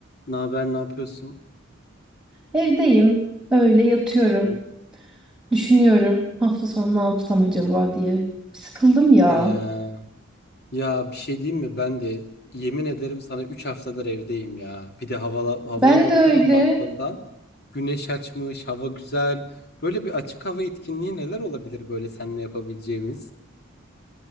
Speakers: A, on the left; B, in the centre.
A: Ne haber, ne yapıyorsun?
B: Evdeyim, öyle yatıyorum.
A: Hı hı.
B: Düşünüyorum hafta sonu ne yapsam acaba diye. Sıkıldım ya.
A: He, ya bir şey diyeyim mi? Ben de yemin ederim sana 3 haftadır evdeyim ya. Bir de havala, havaya
B: Ben
A: bakıyorum
B: de öyle.
A: balkondan. Güneş açmış, hava güzel. Böyle bir açık hava etkinliği neler olabilir böyle seninle yapabileceğimiz?